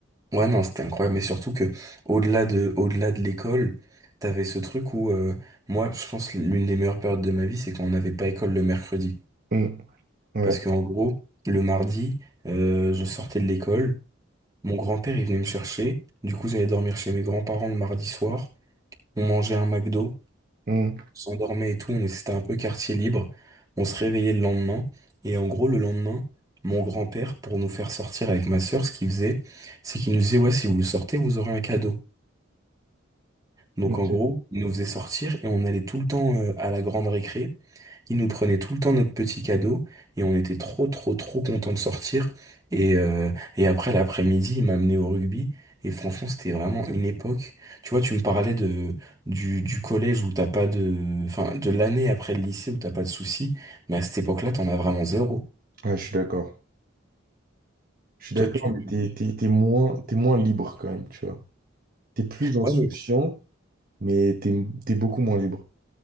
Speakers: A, on the right (about 15°); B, on the right (about 45°).
A: Ouais, non, c'était incroyable. Mais surtout que au-delà de, au-delà de l'école, t'avais ce truc où euh, moi, je pense que l'une des meilleures périodes de ma vie, c'est quand on n'avait pas école le mercredi.
B: Hmm. Ouais.
A: Parce qu'en gros, le mardi, euh, je sortais de l'école, mon grand-père il venait me chercher, du coup j'allais dormir chez mes grands-parents le mardi soir, on mangeait un McDo.
B: Hmm.
A: s'endormait et tout, on est- c'était un peu quartier libre. On se réveillait le lendemain. Et en gros, le lendemain, mon grand-père, pour nous faire sortir avec ma sœur, ce qu'il faisait, c'est qu'il nous disait, ouais, si vous sortez, vous aurez un cadeau. Donc
B: Ok.
A: en gros, il nous faisait sortir et on allait tout le temps euh, à la grande récré. Il nous prenait tout le temps notre petit cadeau et on était trop trop trop contents de sortir. Et, euh, et après l'après-midi, il m'a amené au rugby. Et franchement, c'était vraiment une époque. Tu vois, tu me parlais de du, du collège où t'as pas de, enfin, de l'année après le lycée où t'as pas de soucis. Mais à cette époque-là, t'en as vraiment zéro.
B: Ah, je suis d'accord. Je suis
A: Toi,
B: d'accord,
A: tu,
B: mais
A: tu-
B: t'es, t'es, t'es moins, t'es moins libre quand même, tu vois. T'es plus insouciant,
A: Ouais, mais,
B: mais t'es, t'es beaucoup moins libre.